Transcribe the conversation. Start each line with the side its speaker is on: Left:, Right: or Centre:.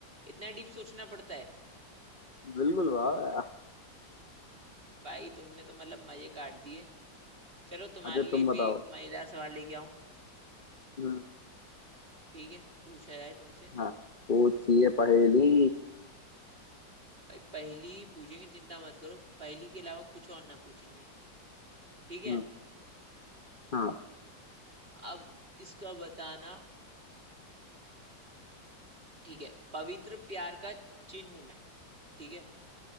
Right: इतना डीप सोचना पड़ता है
Left: बिल्कुल वाह
Right: भाई तुमने तो मतलब मजे काट दिए चलो तुम्हारे
Left: अच्छा
Right: लिए
Left: तुम बताओ
Right: भी एक मजेदार सवाल लेके आऊं
Left: हम्म,
Right: ठीक है पूछा जाए तुमसे
Left: हाँ पूछिए पहेली
Right: भाई पहेली ही पूछेंगे चिंता मत करो पहेली के अलावा कुछ और ना पूछेंगे ठीक है
Left: हम्म, हाँ
Right: अब इसका बताना ठीक है पवित्र प्यार का चिन्ह हूं मैं ठीक है